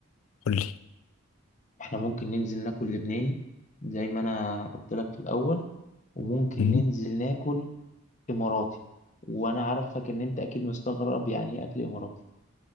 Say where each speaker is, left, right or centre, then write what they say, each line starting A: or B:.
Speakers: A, on the left; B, on the left.
A: قول لي
B: احنا ممكن ننزل ناكل لبناني زي ما انا قلت لك في الاول وممكن
A: مم.
B: ننزل ناكل اماراتي وانا عارفك ان انت اكيد مستغرب يعني ايه اكل اماراتي